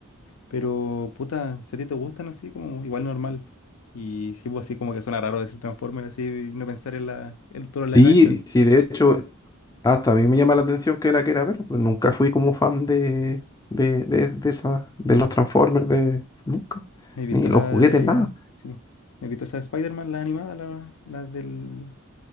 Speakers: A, on the left (about 85°); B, on the left (about 15°).
A: Pero, puta, si a ti te gustan así, como igual normal. Y sí, pues así como que suena raro decir Transformers así y no pensar en la, en todo el live
B: Sí,
A: action.
B: sí, de hecho, hasta a mí me llama la atención que la quiera ver, pero nunca fui como fan de, de, de, de, esa- de los Transformers, de, nunca,
A: ¿Me he visto
B: ni los
A: la
B: juguetes,
A: de.
B: nada.
A: Sí, pues, ¿me he visto esa de Spider-Man, la animada, la, la del.